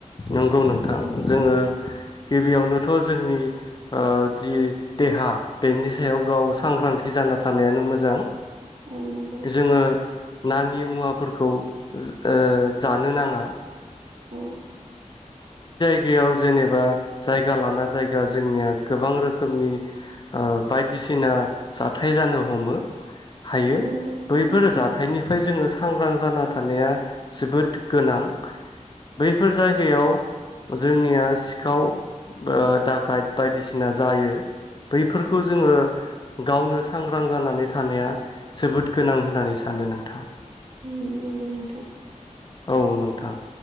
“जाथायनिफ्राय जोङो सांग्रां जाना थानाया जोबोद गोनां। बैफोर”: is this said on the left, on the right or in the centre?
Left